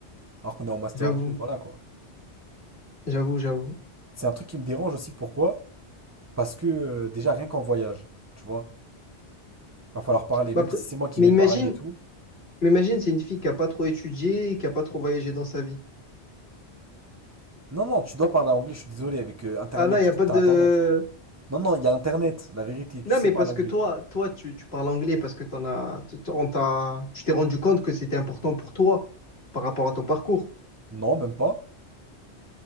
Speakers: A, on the right (about 20°); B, on the left (about 60°).
A: alors qu'on est en Master
B: j'avoue,
A: deux, voilà quoi.
B: j'avoue, j'avoue.
A: C'est un truc qui me dérange aussi. Pourquoi? Parce que euh, déjà, rien qu'en voyage, tu vois, va falloir parler,
B: Bah,
A: même
B: après,
A: si c'est moi qui
B: mais
A: vais
B: imagine,
A: parler et tout.
B: mais imagine, c'est une fille qui a pas trop étudié, qui a pas trop voyagé dans sa vie.
A: Non, non, tu dois parler anglais, je suis désolé, avec euh, Internet
B: Ah là, il n'y
A: et
B: a
A: tout,
B: pas
A: t'as
B: de...
A: Internet. Non, non, il y a Internet, la vérité, tu
B: Non,
A: sais
B: mais
A: parler
B: parce
A: anglais.
B: que toi, toi, tu, tu parles anglais parce que t'en as, t- t- on t'a, tu t'es rendu compte que c'était important pour toi par rapport à ton parcours.
A: Non, même pas.